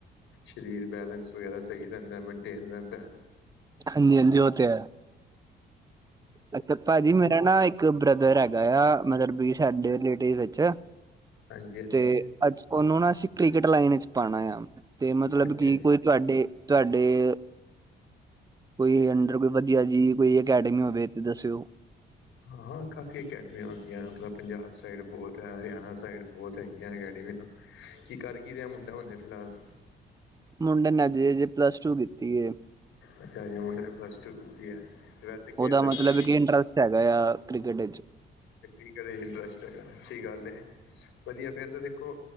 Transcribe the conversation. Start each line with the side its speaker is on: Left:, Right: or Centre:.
Left: ਸਰੀਰ ਬੈਲੈਂਸ ਵਗੈਰਾ ਸਹੀ ਰੈਂਦਾ ਮੇਨਟੇਨ ਰੈਂਦਾ।
Right: ਹਾਂਜੀ-ਹਾਂਜੀ ਉਹ ਤਾਂ ਹੈ। ਅੱਛਾ ਭਾਜੀ ਮੇਰਾ ਨਾ ਇੱਕ ਬ੍ਰਦਰ ਹੈਗਾ ਆ, ਮਤਲਬ ਸਾਡੇ ਰਿਲੇਟਿਵ ਵਿੱਚ।
Left: ਹਾਂਜੀ ਹਾਂਜੀ
Right: ਤੇ ਅੱਜ ਉਹਨੂੰ ਨਾ ਅਸੀਂ ਕ੍ਰਿਕਟ ਲਾਈਨ ਵਿੱਚ ਪਾਉਣਾ ਆ, ਤੇ ਮਤਲਬ
Left: ਅੱਛਾ
Right: ਕਿ ਕੋਈ ਤੁਹਾਡੇ। ਤੁਹਾਡੇ ਕੋਈ ਅੰਡਰ ਕੋਈ ਵਧੀਆ ਜਿਹੀ ਕੋਈ ਅਕੈਡਮੀ ਹੋਵੇ, ਤੇ ਦੱਸਿਓ।
Left: ਹਾਂ-ਹਾਂ ਕਾਫੀ ਅਕੈਡਮੀਆਂ ਹੁੰਦੀਆਂ, ਆਪਣਾ ਪੰਜਾਬ ਸਾਈਡ ਬਹੁਤ ਹੈ ਹਰਿਆਣਾ ਸਾਈਡ ਬਹੁਤ ਹੈਗੀਆਂ ਅਕੈਡਮੀਆਂ। ਕੀ ਕਰ ਕੀ ਰਿਹਾ, ਮੁੰਡਾ ਹੁਣੇ ਫਿਲਹਾਲ।
Right: ਮੁੰਡੇ ਨੇ ਅਜੇ ਜੇ ਪਲੱਸ ਟੂ ਕੀਤੀ ਏ।
Left: ਅੱਛਾੱ ਮੁੇ ਪਲੱਸ ਟੂ ਕੀਤੀ ਹੈ, ਵੈਸੇ ਖੇਲਦਾ
Right: ਉਹਦਾ ਮਤਲਬ
Left: ਮੁੰਡਾ
Right: ਕਿ ਇੰਟਰਸਟ ਹੈਗਾ ਆ ਕ੍ਰਿਕਟ ਵਿੱਚ।
Left: ਚੱਕਰੀ ਘ ਇੰਟਰਸਟ ਹੈਗਾ, ਅੱਛੀ ਗੱਲ ਹੈ, ਵਧੀਆ ਫੇਰ ਤਾਂ ਦੇਖੋ।